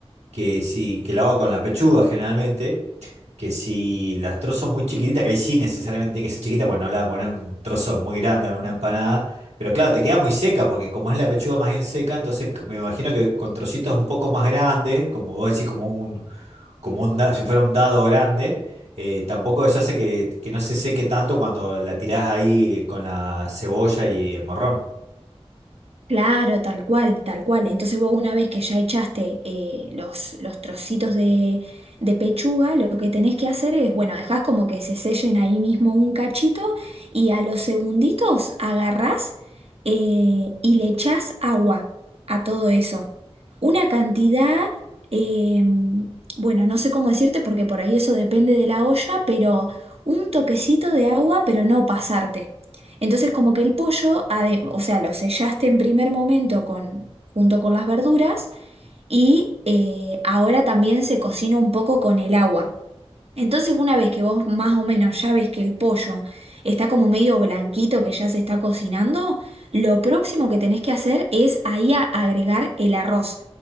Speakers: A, on the right; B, on the right.
A: que si, que lo hago con la pechuga generalmente, que si las trozos muy chiquititas, que ahí sí necesariamente tiene que ser chiquita, pues no le voy a poner un trozo muy grande en una empanada, pero claro, te queda muy seca, porque como es la pechuga más bien seca, entonces me imagino que con trocitos un poco más grandes, como vos decís, como un, como un da- si fuera un dado grande, eh, tampoco eso hace que, que no se seque tanto cuando la tirás ahí con la cebolla y el morrón.
B: Claro, tal cual, tal cual. Entonces vos una vez que ya echaste eh, los, los trocitos de, de pechuga, lo que tenés que hacer es, bueno, dejás como que se sellen ahí mismo un cachito y a los segunditos agarrás eh, y le echás agua a todo eso. Una cantidad, eh, bueno, no sé cómo decirte porque por ahí eso depende de la olla, pero un toquecito de agua, pero no pasarte. Entonces, como que el pollo, ade- o sea, lo sellaste en primer momento con, junto con las verduras y eh, ahora también se cocina un poco con el agua. Entonces, una vez que vos más o menos ya ves que el pollo está como medio blanquito, que ya se está cocinando, lo próximo que tenés que hacer es ahí a- agregar el arroz.